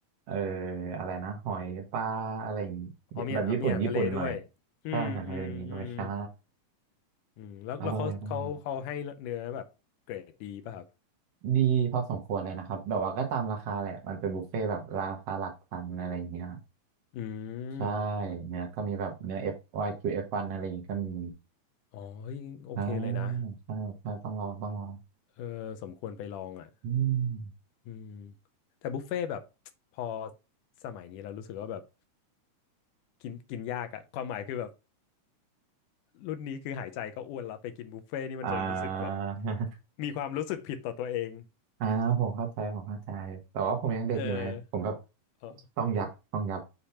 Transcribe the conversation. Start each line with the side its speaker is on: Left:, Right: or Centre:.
Right: เอออะไรนะหอยปลาอะไรอย่างงี้แบบญี่ปุ่นญี่ปุ่นหน่อย
Left: อ๋อมีอ่ะมีอาหารทะเลด้วยอืมอืมอืม
Right: ใช่อาหารทะเลนี้ด้วยใช่
Left: อืมแล้วแล้วเขาเขาเขาให้เนื้อแบบเกรดดีป่ะครับ
Right: อร่อยมากดีพอสมควรเลยนะครับแบบว่าก็ตามราคาแหละมันเป็นบุฟเฟ่ต์แบบราคาหลักพันอะไรอย่างเงี้ย
Left: อืม
Right: ใช่เนื้อก็มีแบบเนื้อ F Y Q F1 อฟวันอะไรอย่างงี้ก็มี
Left: อ๋อเฮ้ยโอเคเลยนะ
Right: อ่าใช่ใช่ต้องลองต้องลอง
Left: เออสมควรไปลองอ่ะ
Right: อืม
Left: อืมแต่บุฟเฟ่ต์แบบ <tsk> พอสมัยนี้เรารู้สึกว่าแบบกินกินยากอะความหมายคือแบบรุ่นนี้คือหายใจก็อ้วนแล้วไปกินบุฟเฟ่ต์นี่มันจะรู้สึกแบบ
Right: อ่า <laughs>
Left: มีความรู้สึกผิดต่อตัวเอง
Right: อ่าผมเข้าใจผมเข้าใจแต่ว่าผมยังเด็กอยู่ไงผมแบบ
Left: เออเออ
Right: ต้องยับต้องยับ